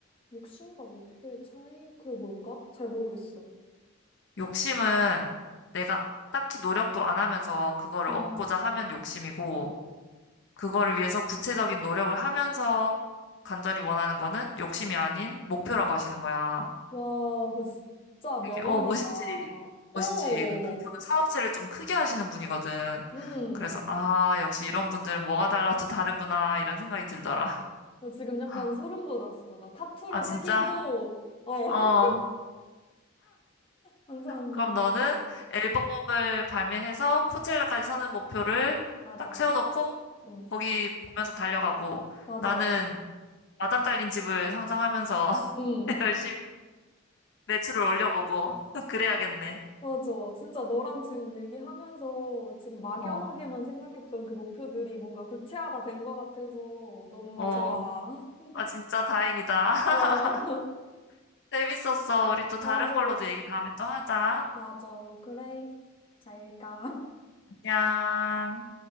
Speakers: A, on the left; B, on the left.
A: 욕심과 목표의 차이? 그게 뭘까? 잘 모르겠어.
B: 욕심은 내가 딱히 노력도 안 하면서 그거를
A: 응.
B: 얻고자 하면 욕심이고, 그거를 위해서 구체적인 노력을 하면서 간절히 원하는 거는 욕심이 아닌 목표라고 하시는 거야.
A: 와, 그거 진짜 명언이다.
B: 되게, 어, 멋있지. 멋있지.
A: 오,
B: 그, 그분은 사업체를 좀 크게 하시는 분이거든.
A: 음.
B: 그래서, 아, 역시 이런 분들은 뭐가 달라도 다르구나, 이런 생각이 들더라.
A: 나 지금 약간
B: <laughs>
A: 소름 돋았어. 나 타투로
B: 아, 진짜?
A: 새기고, 어, <laughs>
B: 어.
A: 항상,
B: 그럼 너는
A: 어,
B: 앨범을 발매해서 코첼라까지 서는 목표를
A: 맞아.
B: 딱 세워놓고
A: 응,
B: 거기 보면서 달려가고
A: 맞아.
B: 나는 마당 딸린 집을 상상하면서
A: 응,
B: <laughs> 열심히 매출을 올려보고 <laughs> 그래야겠네.
A: 맞아. 진짜 너랑 지금 얘기하면서 지금 막연하게만
B: 어,
A: 생각했던 그 목표들이 뭔가 구체화가 된 것 같아서 너무
B: 어.
A: 좋아. <laughs>
B: 아, 진짜 다행이다. <laughs>
A: 어,
B: 재밌었어. 우리 또 다른
A: 맞아.
B: 걸로도 얘기 다음에 또 하자.
A: 맞아. 그래. 잘 가.
B: 안녕.